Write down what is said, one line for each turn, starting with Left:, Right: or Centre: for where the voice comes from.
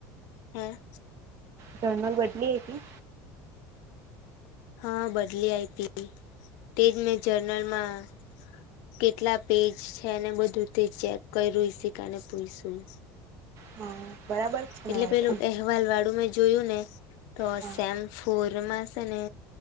Left: હા.
Right: જર્નલ બદલી આપી.
Left: હા. બદલી આપી તે જ મેં જર્નલમાં કેટલા પેજ છે ને બધું તે ચેક કર્યું ઈશિકાને પુયશું.
Right: હા બરાબર છે ને
Left: એટલે
Right: અવાજ
Left: પેલું અહેવાલ વાળું મેં જોયું ને તો
Right: હા
Left: સેમ ફોરમાં છે ને,